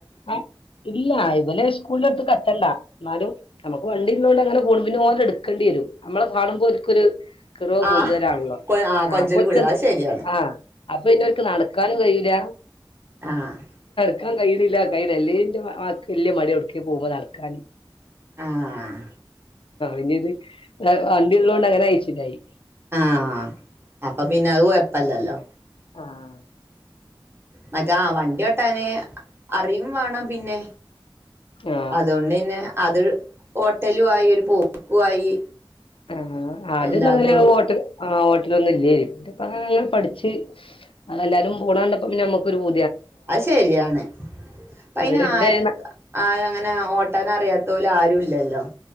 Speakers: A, on the left (about 80°); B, on the right (about 25°).
A: ആ ഇല്ല ഇലെ സ്കൂളിൽ എടുത്ത് കറ്റണ്ട എന്നാലും നമുക്ക് വണ്ടി ഇതോണ്ട് അങ്ങനെ ഫോണി പിന്നെ പോതല എടുക്കേണ്ടി വരും നമ്മെ കാണുമ്പോൾും ഒരു കുറവ്
B: ആഹ്
A: കൂടുതലാണല്ലോ
B: കൊ
A: ആ
B: കൊഞ്ചല്
A: അപ്പൊ ഓൽക്ക്
B: കൂടുതലാ അത് ശരിയാണ്
A: ആഹ് അപ്പൊ പിന്നോര്ക്ക് നടക്കാനും കയ്യൂല
B: ആഹ്
A: ക്കാൻ കയ്യിണില്ല കയ്ലല്ലേന്റെ മകക്ക് വല്ല്യ മട്യാ എവ്ട്ക്കേഠ പോവുമ്പൊ നടക്കാൻ
B: ആഹ്
A: ഇനി ഇത് വണ്ടി ഉള്ളതൊണ്ട് അങ്ങനെ കയ്ച്ചിലായി
B: ആ അപ്പൊ പിന്നെ അത് കൊയപ്പല്ലല്ലോ
A: ആഹ്
B: മറ്റാ വണ്ടി ഓട്ടാന് അറിയും വാണം പിന്നെ
A: ആ
B: അതുകൊണ്ട് ന്നെ അത് ഓട്ടലു ആയി ഒരു പോക്കും ആയി
A: ആ ആദ്യൊന്നും
B: എല്ലാതും
A: അങ്ങനെ വോട്ട് ആഹ് ഓട്ടലൊന്നും ഇല്ലേന് പിന്നെപ്പങ്ങനെ അങ്ങട് പഠിച്ച് എല്ലാരും പോണ കണ്ടപ്പ പിന്നെ നമ്മുക്കൊരു പൂ
B: അത് ശരിയാണ് അപ്പ
A: ഇവിടെ
B: അയ്ന്
A: ഇന്റെ
B: ആര് ആ അങ്ങനെ ഓട്ടാനറിയാ തോല് ആരും ഇല്ലല്ലോ